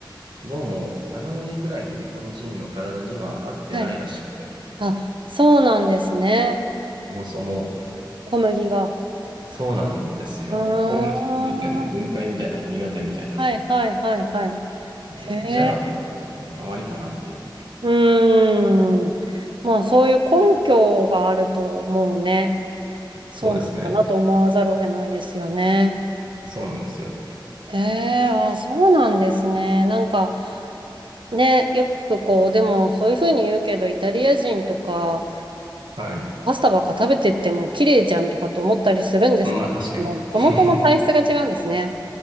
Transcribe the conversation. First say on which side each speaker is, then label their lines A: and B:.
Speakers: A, on the right; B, on the right.
A: どうも7割くらいの日本人の体には合ってないらしくて、
B: はい。あ、そうなんですね。
A: そもそも
B: 小麦が。
A: そうなんですよ。
B: うーん。
A: オムライスグルテンの分解みたいなのが苦手みたいなのを
B: はいはいはいはい。
A: 見て。
B: へえ。
A: じゃあ、僕、その7割かなっていう。
B: うーん。まあそういう根拠があるともうね、
A: そうですね。
B: そうなのかなと思わざるを得ないですよね。
A: そうなんですよ。
B: へえ、あ、そうなんですね。なんか、ね、よくこう、でもそういうふうに言うけど、イタリア人とか、
A: はい。
B: パスタばっか食べてっても綺麗じゃんとかと思ったりするんですけども、
A: まあ確かに。<laughs>
B: そもそも体質が違うんですね。